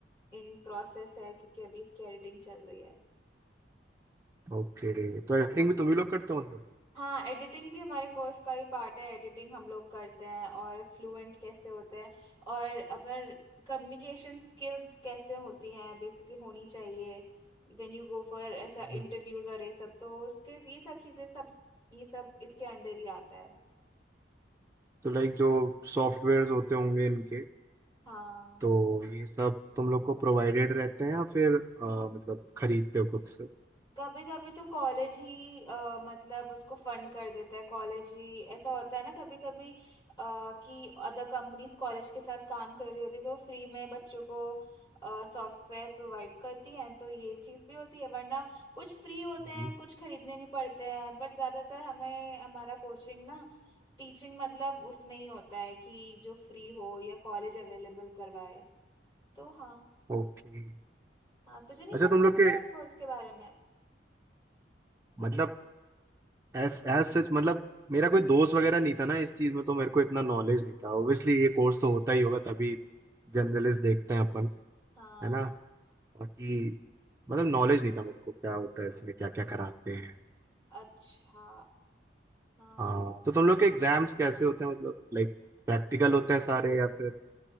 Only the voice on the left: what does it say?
इन प्रोसेस है क्योंकि अभी इसकी एडिटिंग चल रही है
हाँ
हाँ एडिटिंग भी हमारे कोर्स का ही पार्ट है एडिटिंग हम लोग करते हैं और फ्लुएंट कैसे होते हैं और अपना कम्युनिकेशन स्किल्स कैसे होती हैं बेसिकली होनी चाहिए व्हेन यू गो फॉर ऐसा
इंटरव्यूज और ये सब तो उसके ये सब चीजें सब ये सब इसके अंडर ही आता है
हाँ
कभी कभी तो कॉलेज ही अ, मतलब उसको फंड कर देता है कॉलेज ही ऐसा होता है ना कभी कभी अ, कि अदर कंपनीज कॉलेज के साथ काम कर रही होती है तो फ्री में बच्चों को सॉफ्टवेयर प्रोवाइड करती हैं तो ये चीज भी होती है वरना कुछ फ्री होते
हैं कुछ खरीदने भी पड़ते हैं बट ज्यादातर हमें हमारा कोचिंग ना टीचिंग मतलब उसमें ही होता है कि जो फ्री हो या कॉलेज अवेलेबल करवाए तो हाँ
हाँ तुझे नहीं
पता
था क्या
कोर्स के बारे में
हाँ
अच्छा हाँ